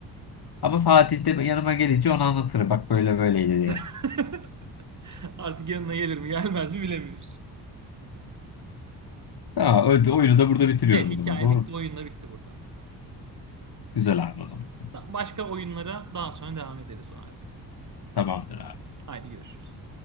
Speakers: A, on the left (about 55°); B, on the right (about 40°).
A: Ama Fatih de yanıma gelince onu anlatır. Bak böyle böyleydi diye.
B: <laughs> Artık yanına gelir mi gelmez mi bilemiyoruz.
A: Tamam, öyle- oyunu da burada bitiriyoruz
B: Evet hikaye
A: o zaman. Doğru.
B: bitti.
A: mu?
B: Oyunla bitti burada.
A: Güzel abi o zaman.
B: Tamam, Başka oyunlara daha sonra devam ederiz o halde.
A: Tamamdır abi.
B: Haydi görüşürüz.